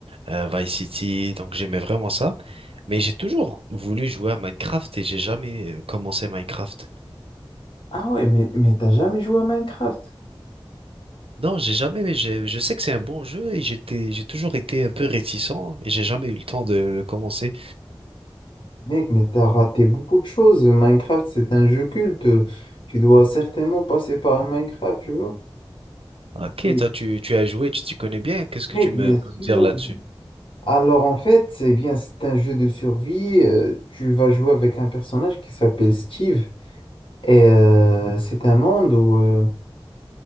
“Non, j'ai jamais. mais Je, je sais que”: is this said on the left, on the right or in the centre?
Right